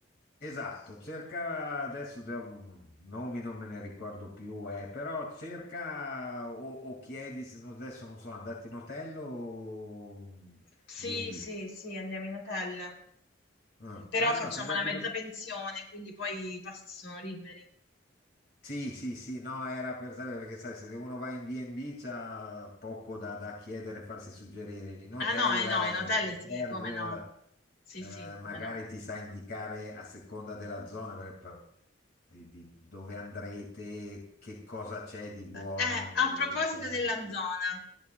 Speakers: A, on the left; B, on the left.
A: Esatto, cerca adesso già, mm, nomi non me ne ricordo più, eh, però cerca o, o chiedi se no, adesso non so, andate in hotel o
B: Sì,
A: B&B.
B: sì, sì, andiamo in hotel.
A: Ah,
B: Però
A: ah,
B: facciamo
A: no, se andate
B: la mezza
A: in
B: pensione, quindi poi i pasti sono liberi.
A: Sì, sì, sì, no, era per sapere perché sai, se uno va in B&B c'ha poco da, da chiedere, farsi suggerire. In hotel,
B: Ah no, eh no, in hotel
A: eh, il concierge
B: sì, come no. Sì,
A: eh,
B: sì, come
A: magari
B: no.
A: ti sa indicare a seconda della zona per- di, di dove andrete, che cosa c'è di buono,
B: Eh, eh, a proposito
A: ristoranti.
B: della zona,